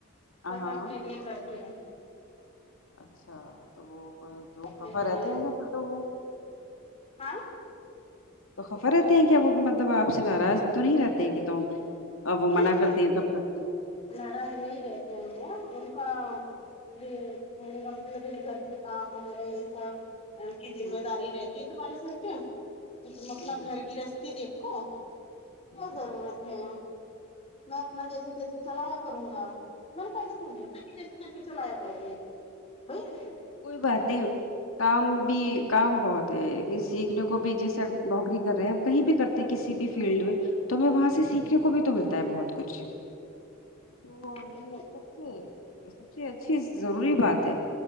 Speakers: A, on the left; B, on the left.
A: پر
B: ہاں ہاں
A: میں اپنے لیے کرتی ہوں
B: اچھا تو وہ دو
A: اپنے
B: خفا
A: لیے
B: رہتے ہوں گے پھر تو وہ
A: ہاں
B: تو خفا رہتے ہیں کہ وہ مطلب آپ سے ناراض تو نہیں رہتے ہیں کہ تم اور وہ
A: ٹھیک
B: منع کرتے
A: ہے
B: ہیں تب کرتی ہو وہ
A: ناراض نہیں رہتے ہیں وہ ان کا یہ رہنے کا مطلب ایک گھر کے کام وغیرہ یہ سب انکی زمیداری
B: ہوں ہوں
A: رہتی ہے تمہارے سر پہ تو تم اپنا
B: ہوں
A: گھر گرہستی دیکھو کیا
B: ہوں
A: ضرورت ہے میں اپنا جیسے تیسے چلایا کروں گا میں نے کہہ یہ تھوڑی ہوتا ہے کہ جیسے تیسے چلایا کرو گے نہیں
B: کوئی بات نہیں کام بھی کام بہت ہے سیکھنے کو بھی جیسے نوکری کر رہے ہیں کہیں بھی کرتے ہیں کسی بھی فیلڈ میں تو ہمیں وہاں سے سیکھنے کو بھی تو ملتا ہے بہت کچھ تو
A: میں
B: یہ سب سے سب سے اچھی ضروری بات ہے